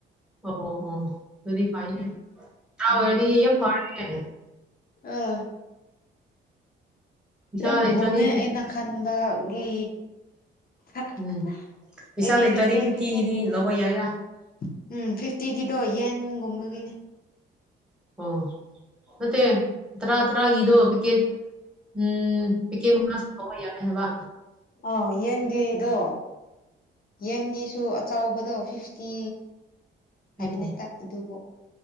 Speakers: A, in the centre; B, on the left.
A: ꯑꯣ ꯑꯣ ꯑꯣ ꯑꯗꯨꯗꯤ ꯐꯥꯏꯅꯦ
B: ꯎꯝ
A: ꯆꯥ ꯑꯣꯏꯔꯗꯤ
B: ꯎꯝ
A: ꯌꯥꯝ ꯐꯔꯦꯅꯦ꯫
B: ꯑꯥ
A: ꯄꯩꯁꯥ
B: ꯌꯥꯝ
A: ꯂꯩꯇ꯭ꯔꯗꯤ
B: ꯍꯣꯡꯉꯦ
A: ꯐꯤꯐꯇꯤ
B: ꯑꯩꯅ ꯈꯟꯕꯒꯤ ꯑꯩꯗꯤ
A: ꯎꯝ ꯄꯩꯁꯥ ꯂꯩꯇ꯭ꯔꯗꯤ
B: ꯐꯤꯐꯇꯤꯟ
A: ꯐꯤꯐꯇꯤꯒꯤꯗꯤ
B: ꯐꯤꯇꯤꯟ ꯒꯨꯝꯕꯥ
A: ꯂꯧꯕ
B: ꯉꯥꯛꯇꯥ
A: ꯌꯥꯏꯗ
B: ꯫ ꯎꯝ ꯐꯤꯐꯇꯤꯒꯤꯗꯣ ꯌꯦꯟꯒꯨꯝꯕꯒꯤꯅꯦ꯫
A: ꯑꯣ ꯅꯠꯇꯦ ꯇꯔꯥ ꯇꯔꯥꯒꯤꯗꯣ
B: ꯎꯝ
A: ꯄꯦꯛꯀꯦꯠ ꯎꯝ ꯄꯦꯛꯀꯦꯠ ꯃꯉꯥ ꯐꯥꯎꯕ ꯌꯥꯏ ꯍꯥꯏꯕ꯫
B: ꯑꯥ ꯌꯦꯟꯒꯤꯗꯣ ꯌꯦꯟꯒꯤꯁꯨ ꯆꯥꯎꯕꯗꯣ ꯐꯤꯐꯇꯤ ꯍꯥꯏꯕꯅꯦ
A: ꯑꯣ
B: ꯑꯗꯨꯕꯨ,